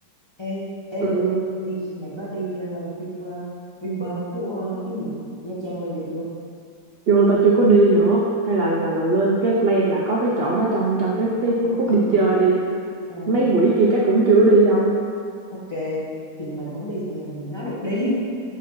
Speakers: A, on the left; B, on the right.
A: ê ê
B: ừ,
A: rồi nghĩ- mày có đi ờ, Vin uh, Vinpearl Phú ờ, cái gì Nha Trang bao giờ chưa
B: chưa tao chưa có đi nữa hay là là là lên cái plan là có cái chỗ đó trong trong cái cái cái
A: ok
B: khúc đi chơi đi
A: ờ,
B: mấy quỷ kia chắc cũng chưa đi đâu
A: ok thì mình không đi thì làm gì nó được đi